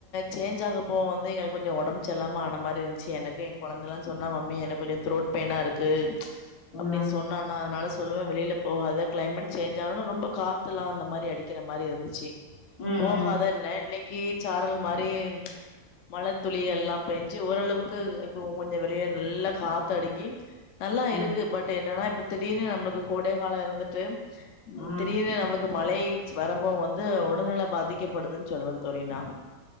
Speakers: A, on the left; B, on the left.
A: சேஞ்ச் ஆகப்போ வந்து எங்களுக் கொஞ்சோ ஒடம்பு சரியில்லாம ஆன மாரி இருந்ச்சு எனக்கு எ கொழந்தல்லா சொன்னா மம்மி எனக்கு கொஞ்சோ த்ரோட் பெய்னா இருக்கு
B: ம்
A: அப்டின் சொன்னானா அதுனால சொல்லுவே வெளில போகாத கிளைமேட் சேஞ்ச் ஆனோனே ரொம்ப காத்தலா அந்த மாரி அடிக்கிற மாரி இருந்துச்சு
B: ம் ம்
A: போகாதன்னே இன்னைக்கி சாரல் மாரி மழ துளி எல்லா பேஞ்சு ஓரளவுக்கு இப்போ கொஞ்சோ வெளிய நல்லா காத்தடுக்கி நல்லா
B: ம்
A: இருக்கு பட் என்னனா இப்ப திடீர்னு நம்மளுக்கு கோடை காலோ இருந்துட்டு
B: ம்
A: திடீர்னு நம்ம ளுக் மழை வரம்போ வந்து ஒடல்நில பாதிக்கப்படுதுன் சொல்லுவே தோழி நா